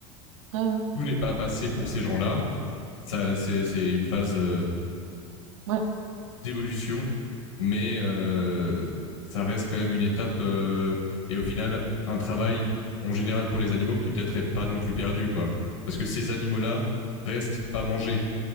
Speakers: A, on the right; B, on the left.
A: ouais,
B: tout n'est pas passé pour ces gens-là. Ça, c'est, c'est une phase euh,
A: ouais, ouais.
B: d'évolution, mais euh, ça reste quand même une étape euh, et au final un travail en général pour les animaux qui peut-être est pas non plus perdu, quoi. Parce que ces animaux-là restent pas mangés.